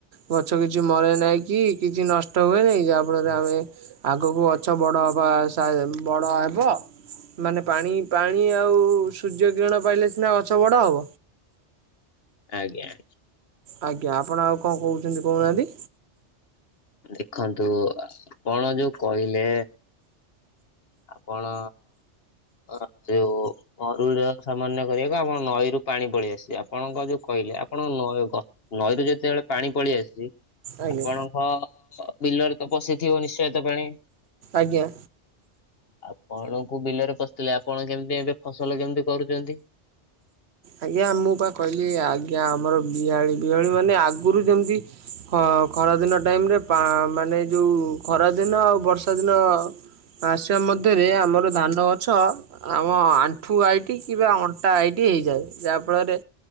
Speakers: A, on the right; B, on the left.
A: ଗଛ କିଛି ମରେ ନାହିଁ କି କିଛି ନଷ୍ଟ ହୁଏ ନାହିଁ। ଯାହାଫଳରେ ଆମେ- ଆଗକୁ ଗଛ ବଡ଼ ହବା ସା ବଡ଼ ହବ। ମାନେ, ପାଣି ପାଣି ଆଉ ସୂର୍ଯ୍ୟ କିରଣ ପାଇଲେ ସିନା ଗଛ ବଡ଼ ହବ।
B: ଆଜ୍ଞା ଆଜ୍ଞା।
A: ଆଜ୍ଞା, ଆପଣ ଆଉ କଣ କହୁଛନ୍ତି କହୁନାହାଁନ୍ତି?
B: ଦେଖନ୍ତୁ, ଆପଣ ଯୋଉ କହିଲେ ଆପଣ ଅ ଯୋଉ ଅରୁଳ ସାମାନ୍ୟ କରିବାକୁ ଆମ ନଈରୁ ପାଣି ପଳିଆସେ ଆପଣଙ୍କ ଯୋଉ କହି ଲେ ଆପଣଙ୍କ ନଈ ଗ ନଈରୁ ଯେତେବେଳେ ପାଣି ପଳି ଆସିଚି
A: ଆଜ୍ଞା
B: ଆପଣଙ୍କ ବିଲରେ ତ ପଶିଥିବ ନିଶ୍ଚୟତ ପାଣି?
A: ଆଜ୍ଞା।
B: ଆପଣଙ୍କୁ ବିଲରେ ପଶିଥିଲେ ଆପଣ କେମିତି ଏବେ ଫସଲ କେମିତି କରୁଚନ୍ତି?
A: ଆଜ୍ଞା ମୁଁ ପା କହିଲି ଆଜ୍ଞା ଆମର ବିହାଳି ବିହାଳି ମାନେ ଆଗରୁ ଯେମତି ହ ଖରାଦିନ ଟାଇମ୍ ରେ ପା ମାନେ ଯଉଁ ଖରାଦିନ ଆଉ ବର୍ଷା ଦିନ ଆସିବା ମଧ୍ୟରେ ଆମର ଧାନ ଗଛ ଆମ ଆଣ୍ଠୁ ହାଇଟ୍ କିମ୍ବା ଅଣ୍ଟା ହାଇଟ୍ ହେଇଯାଏ ଯାହାଫଳରେ